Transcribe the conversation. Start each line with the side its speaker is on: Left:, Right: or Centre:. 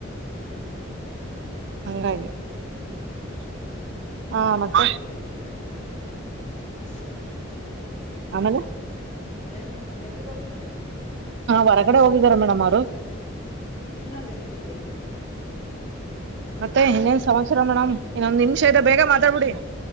Left: ಹ್ಮ್
Right: ಹಂಗಾಗಿ
Left: ಹ್ಮ್
Right: ಹಾ ಮತ್ತೆ
Left: ಎಲ್ಲಿಗ್ ಹೋಗಿದ್ದಾರೆ <unintelligible>
Right: ಆಮೇಲೆ
Left: ಹೇಳ್ರಿ ಮೇಡಮ್ ಎಲ್ಲಿಗ್ ಹೋಗಿದಾರೆ
Right: ಹರ ಹೊಗಡೆ ಹೋಗಿದ್ದಾರೆ ಮೇಡಮ್ ಅವರು
Left: ಇನ್ನೊಂದೆಲ್ಲಿಕ್ಕಿದೆ
Right: ಮತ್ತೆ ಇನ್ನೇನ್ ಸಂವತ್ಸರ ಮೇಡಮ್ ಇನ್ನೊಂದ ನಿಮಷ ಇದೆ ಬೇಗ ಮಾತಾಡ್ಬಿಡಿ